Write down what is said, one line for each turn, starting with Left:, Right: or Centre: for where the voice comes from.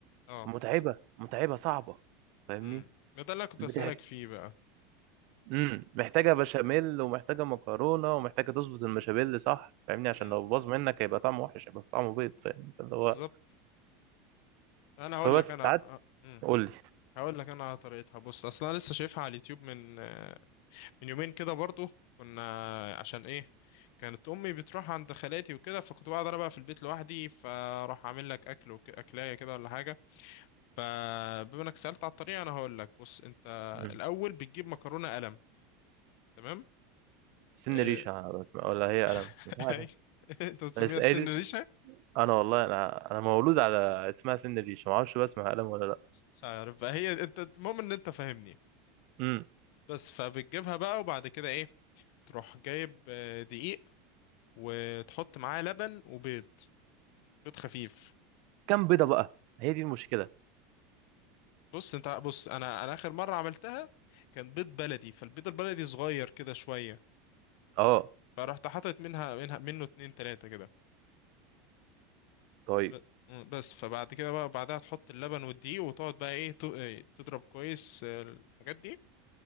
Left: اه
Right: متعبة متعبة صعبة فاهمني
Left: امم ده اللي انا كنت
Right: بتح...
Left: اسالك فيه بقى
Right: امم محتاجه بشاميل ومحتاجه مكرونه ومحتاجه تظبط المشابيل صح فاهمني عشان
Left: امم
Right: لو باظ منك هيبقى طعمه وحش هيبقى طعمه بيض فاهم فاللي هو
Left: بالظبط انا هقول
Right: فبس
Left: لك انا
Right: ساعات
Left: امم
Right: قول لي
Left: هقول لك انا على طريقتها بص اصلا انا لسه شايفها على اليوتيوب من آه، من يومين كده برضو كنا عشان ايه كانت امي بتروح عند خالاتي وكده فكنت بقعد انا بقى في البيت لوحدي فراح اعمل لك اكل وك... اكلايه كده ولا حاجه فبما انك سالت على الطريقه انا هقول لك بص انت
Right: مم.
Left: الاول بتجيب مكرونه قلم تمام
Right: سن
Left: اه...
Right: ريشه بس ولا هي قلم
Left: <laughs>
Right: مش عارف
Left: أيوة. انت بتسميها
Right: بس هي
Left: السن
Right: دي اسم-
Left: ريشه
Right: انا والله انا انا مولود على اسمها سن ريشه ما اعرفش بقى اسمها قلم ولا لا
Left: مش عارف بقى هي انت المهم ان انت فاهمني
Right: امم
Left: بس فبتجيبها بقى وبعد كده ايه تروح جايب آه، دقيق وتحط معاه لبن وبيض بيض خفيف
Right: كام بيضه بقى هي دي المشكله
Left: بص انت بص انا انا اخر مره عملتها كان بيض بلدي فالبيض البلدي صغير كده شويه
Right: اه
Left: فرحت حاطط منها منها منه اتنين تلاته كده
Right: طيب
Left: ب- مم، بس فبعد كده بقى بعدها تحط اللبن والدقيق وتقعد بقى ايه ت- اه، تضرب كويس اه، الحاجات دي